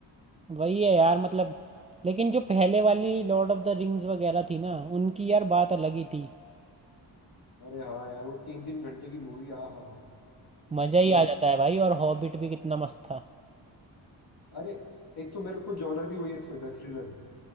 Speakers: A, on the right (about 15°); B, on the left (about 50°).
A: वही है यार मतलब लेकिन जो पहले वाली लॉर्ड ऑफ द रिंग्स वगैरह थी ना उनकी यार बात अलग ही थी
B: अरे हाँ यार वो तीन तीन घंटे की मूवी आ हाँ हाँ
A: मजा
B: लेकिन
A: ही आ जाता है भाई और हॉबिट भी कितना मस्त था
B: अरे एक तो मेरे को जॉनर भी वही अच्छा लगता है थ्रिलर